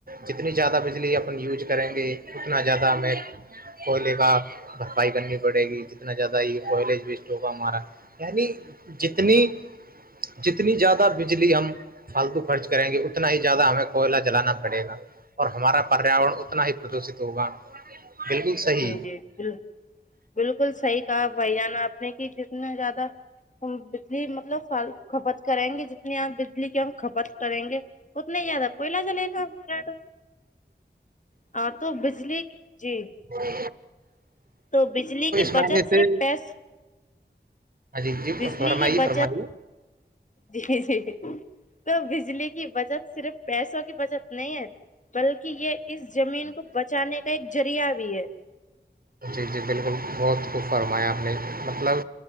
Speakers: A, on the right (about 50°); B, on the left (about 45°).
A: جتنی زیادہ بجلی اپن یوز کریں گے اتنا زیادہ ہمیں کوئلے کا بھرپائی کرنی پڑے گی جتنا زیادہ یہ کوئل وسٹ ہوگا ہمارا یعنی جتنی جتنی زیادہ زیاد بجلی ہم فالتو خرچ کریں گے اتنا ہی زیادہ ہمیں کوئلہ جلانا پڑے گا اور ہمارا پریاورن اتنا ہی پردوشت ہوگا بالکل صحیح
B: جی جی ب بالکل صحیح کہا بھائی جانا آپ نے کہ جتنا زیادہ بجلی مطلب کھپت کرائیں گے جتنی آپ اس لیے کہ ہم کھپت کریں گے اتنے زیادہ پہلا چلے گا ہمارا تو ہاں تو بجلی جی
A: ہ
B: تو بجلی کی بچت
A: معنی
B: صرف
A: سے
B: پیس
A: ہاں جی جی
B: بجلی
A: فرمائیے
B: کی بچت
A: فرمائیے
B: جی جی تو بجلی کی بچت صرف پیسوں کی بچت نہیں ہے بلکہ یہ اس زمین کو بچانے کا ایک ذریعہ بھی ہے
A: ی جی بالکل بہت خوب فرمایا آپ نے مطلب